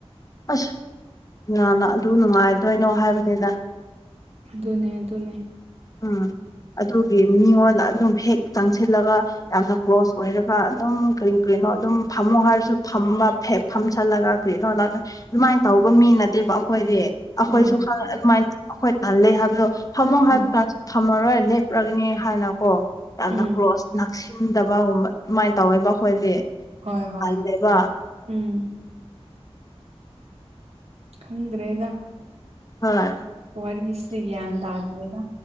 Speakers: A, on the left (about 35°); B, on the right (about 80°).
A: <inaudible> <unintelligible> ꯅ ꯑꯗꯨ ꯅꯨꯡꯉꯥꯏꯗꯣꯏꯅꯣ ꯍꯥꯏꯕꯅꯤꯗ
B: ꯑꯗꯨꯅꯦ ꯑꯗꯨꯅꯦ
A: ꯎꯝ ꯑꯗꯨꯒꯤ ꯃꯤꯉꯣꯟꯗ ꯑꯗꯨꯝ ꯍꯦꯛ ꯆꯪꯁꯤꯜꯂꯒ ꯌꯥꯝꯅ ꯀ꯭ꯂꯣꯁ ꯑꯣꯏꯔꯒ ꯑꯗꯨꯝ ꯀꯔꯤ ꯀꯔꯤ ꯩꯅ ꯑꯗꯨꯝ ꯐꯝꯃꯨ ꯍꯥꯏꯔꯁꯨ ꯐꯝꯕ ꯐ ꯐꯝꯁꯜꯂꯒ ꯂꯥꯛ ꯑꯗꯨꯃꯥꯏꯅ ꯇꯧꯕ ꯃꯤ ꯅꯠꯇꯦꯕ ꯑꯩꯈꯣꯏꯗꯤ ꯑꯩꯈꯣꯏꯁꯨ
B: ꯎꯝ
A: ꯑꯗꯨꯃꯥꯏꯅ ꯑꯩꯈꯣꯏ ꯇꯥꯜ ꯂꯩ ꯍꯥꯏꯕꯗꯣ ꯊꯝꯃꯣ ꯍꯥꯏꯕ
B: ꯎꯝ
A: ꯀꯥꯟꯁꯨ ꯊꯝꯃꯔꯣꯏ ꯂꯦꯞꯄ꯭ꯔꯒꯅꯤ ꯍꯥꯏꯅꯀꯣ ꯌꯥꯝꯅ
B: ꯎꯝ
A: ꯀ꯭ꯂꯣꯁ ꯅꯛꯁꯤꯟꯗꯕꯒꯨꯝꯕ ꯑꯗꯨꯃꯥꯏꯅ ꯇꯧꯋꯦꯕ ꯑꯩꯈꯣꯏꯗꯤ
B: ꯍꯣꯏ ꯍꯣꯏ
A: ꯇꯜꯂꯦꯕ
B: ꯎꯝ <inaudible> ꯈꯪꯗ꯭ꯔꯦꯗ
A: ꯍꯣꯏ
B: ꯋꯥꯔꯤꯔꯤꯁꯦ ꯭ꯌꯥꯟ ꯇꯥꯗ꯭ꯔꯦꯗ